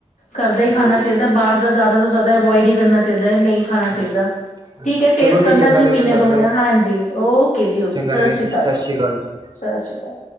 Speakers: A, on the left; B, on the right.
A: ਘਰਦਾ ਈ ਖਾਨਾ
B: ਬਿਲਕੁਲ
A: ਚਾਈਦਾ,
B: ਬਿਲਕੁਲ
A: ਬਾਰ ਦਾ ਜਾ਼ਦਾ ਤੋਂ ਜਾ਼ਦਾ ਐਵੋਇੜ ਈ ਕਰਨਾ ਚਾਈ ਨਈ, ਨਈ, ਖਾਣਾ ਚਾਈਦਾ,
B: ਬਿਲਕੁਲ। ਹਾਂਜੀ
A: ਠੀਕ ਐ ਟੇਸਟ
B: ਚਲੋ ਜੀ
A: ਕਰਨਾ
B: ਚੰਗਾ
A: ਤੁਸੀਂ
B: ਲੱਗਿਆ
A: ਮ੍ਹੀਨੇ
B: ਤੁਹਾਡੇ
A: ਦੋ ਮ੍ਹੀਨੇ
B: ਨਾਲ
A: ਹਾਂਜੀ, ਓਕੇ ਜੀ ਓਕੇ।
B: ਚੰਗਾ
A: ਸਸੀ
B: ਲੱਗਿਆ ਜੀ
A: ਕਾਲ,
B: ਸਤਿ ਸ਼੍ਰੀ ਅਕਾਲ ਜੀ
A: ਸਾਸ੍ਰੀ ਕਾਲ।